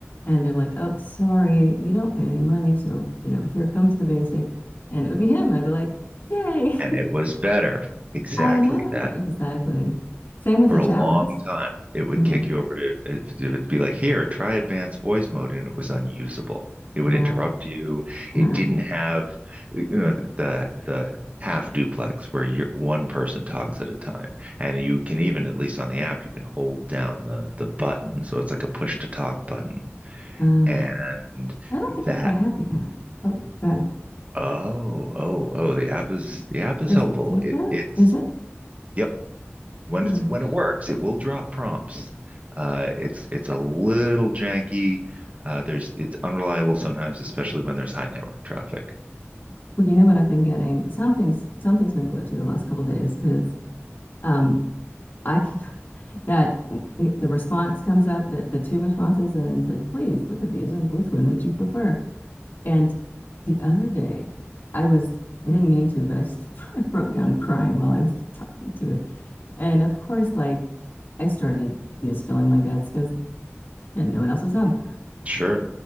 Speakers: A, on the left; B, on the right.
A: and they're like, "Oh, sorry, you don't pay any money, so you know here comes the basic," and it would be him. I'd be like, "Yay!"
B: And it was better.
A: <laughs>
B: Exactly
A: I know
B: that.
A: exactly. Same with
B: for
A: the
B: a
A: chat
B: long
A: ones.
B: time. It would
A: hmm
B: kick you over to, it it would be like, here, try advanced voice mode. And it was unusable. It
A: Right.
B: would interrupt you. It
A: Uh,
B: didn't have, you know, the, the, half duplex where you're one person talks at a time and you can even at least on the app you can hold down the the button so it's like a push to talk button
A: uh,
B: and
A: I don't think
B: that
A: I have the app. Oh God,
B: oh oh oh the app is the app is
A: is
B: helpful
A: it different?
B: it it's
A: Is it?
B: yep when
A: Huh.
B: it's when it works, it will drop prompts. Uh, it's it's a little janky. Uh, there's it's unreliable sometimes, especially when there's high network traffic.
A: Well, you know what I've been getting? Something's something's been glitchy the last couple of days because. Um, I keep <laughs> that w- the response comes up, the, the two responses, and said, please look at these and which one would you prefer? And the other day, I was, I didn't mean to, but I, s- <laughs> I broke down crying while I was <laughs> talking to it. And of course, like I started just filling my guts because no one else was home.
B: Sure.